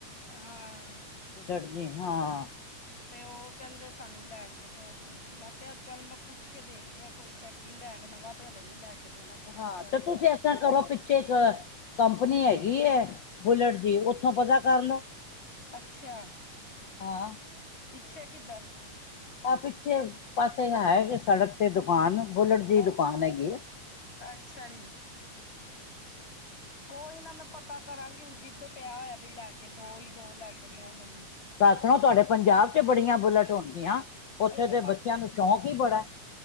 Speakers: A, on the left; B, on the left.
A: ਹਾਂ
B: ਬੁਦੜਦੇ, ਹਾਂ।
A: ਤੇ ਓ ਕੈਂਦੇ ਸਾਨੂੰ ਲੈ ਕੇ ਦੋ ਬੂਟ, ਮੈਂ ਕੇਆ ਚੱਲ ਮੈਂ ਪੁੱਛ ਕੇ ਦੇਖਦੀ ਆਂ। ਕੋਈ ਸੈਕਿੰਡ ਹੈਂਡ, ਨਵਾਂ ਤੇ ਹਲੇ ਨੀ ਲੈ ਕੇ ਦੇਣਾ ਕਿਉਂਕਿ
B: ਹਾਂ,
A: ਤੇਰਾ
B: ਤੇ
A: ਕੀ
B: ਤੁਸੀ
A: ਪਤਾ
B: ਐਸਤਰਾਂ ਕਰੋ ਪਿ ਪਿੱਚੇ ਏਕ ਕੰਪਨੀ ਹੈਗੀ ਏ ਬੁਲਟ ਦੀ, ਓਥੋਂ ਪਤਾ ਕਾਰਲੋ।
A: ਅੱਛਾ।
B: ਹਾਂ।
A: ਪਿੱਛੇ ਕਿੱਧਰ?
B: ਆ ਪਿੱਛੇ ਪਾਸੇ ਹੈ ਏਕ ਸੜਕ ਤੇ ਦੁਕਾਨ, ਬੁਲਟ ਦੀ ਈ
A: ਅੱਛ
B: ਦੁਕਾਨ ਹੈਗੀ ਏ।
A: ਅੱਛਾ ਜੀ। ਕੋਈ ਨਾ ਮੈਂ ਪਤਾ ਕਰਾਂਗੀ, ਹੁਨ ਜਿੱਦ ਪੇਆ ਹੋਏਐ ਵੀ ਲੈਕੇ ਦੋ ਹੀ ਦੋ, ਲੈਕੇ ਦੋ ਮੈਨੂੰ।
B: ਦਾੱਸ ਨਾ ਤੋਹਾਡੇ ਪੰਜਾਬ ਚ ਬੜੀਆਂ ਬੁਲਟ ਹੋਨਗੀਆਂ, ਓੱਥੇ
A: ਇਹਦੇ ਪਾਪ
B: ਦੇ ਬੱਚੇਆਂ ਨੂੰ ਸ਼ੌਂਕ ਈਂ ਬੜੈ।